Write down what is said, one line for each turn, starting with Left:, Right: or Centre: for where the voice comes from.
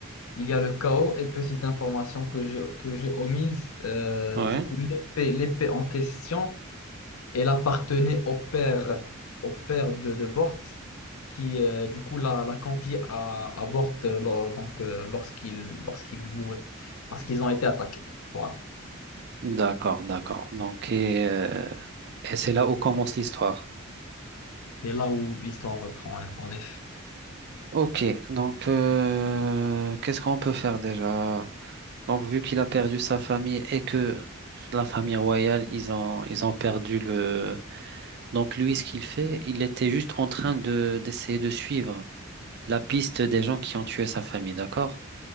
Left: Il y a le chaos et petite information que j'ai, que j'ai omise. euh,
Right: Ouais.
Left: du coup, l'épée, l'épée en question. Elle appartenait au père, au père de, de Bort, qui euh, du coup l'a l'a confiée à, à Bort euh, lors- donc, euh, lorsqu'il lorsqu'il mourait, parce qu'ils ont été attaqués. Voilà.
Right: D'accord, d'accord. Donc, et, euh, et c'est là où commence l'histoire.
Left: Et là où l'histoire reprend, hein, en effet.
Right: Ok, donc euh, qu'est-ce qu'on peut faire déjà? Donc, vu qu'il a perdu sa famille et que la famille royale, ils ont, ils ont perdu le... Donc, lui, ce qu'il fait, il était juste en train de, d'essayer de suivre la piste des gens qui ont tué sa famille, d'accord?